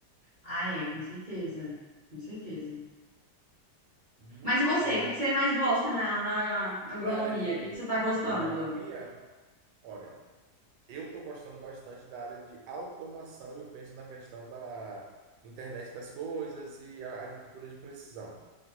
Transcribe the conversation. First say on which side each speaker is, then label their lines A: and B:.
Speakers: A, on the right (about 50°); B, on the right (about 80°).
A: Ah, é, com certeza. Com certeza.
B: Muito
A: Mas e você?
B: legal.
A: O que que você mais gosta na, na agronomia?
B: Na área de,
A: O que que você tá gostando?
B: de agronomia, olha, eu estou gostando bastante da área de automação e eu penso na questão da internet das coisas e a agricultura de precisão.